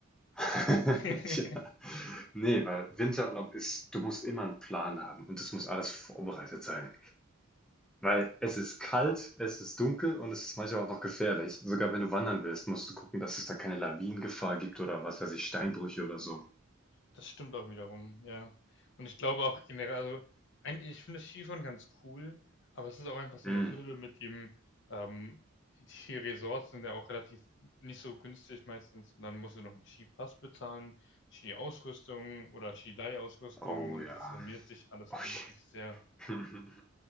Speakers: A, in the centre; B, on the left.
A: <laughs>
B: <laughs>
A: Ja. Nee, weil Winterurlaub ist, du musst immer einen Plan haben und das muss alles vorbereitet sein. Weil es ist kalt, es ist dunkel und es ist manchmal auch noch gefährlich. Sogar wenn du wandern willst, musst du gucken, dass es da keine Lawinengefahr gibt oder was weiß ich, Steinbrüche oder so.
B: Das stimmt auch wiederum, ja. Und ich glaube auch generell, also eigentlich, ich finde das Skifahren ganz cool, aber es ist auch einfach so
A: Mm.
B: eine Hürde mit dem, ähm, die Resorts sind ja auch relativ nicht so günstig meistens und dann musst du noch einen Skipass bezahlen, Skiausrüstung oder Skileihausrüstung
A: Oh
B: und
A: ja.
B: das summiert sich alles
A: Ui.
B: wirklich sehr.
A: <laughs>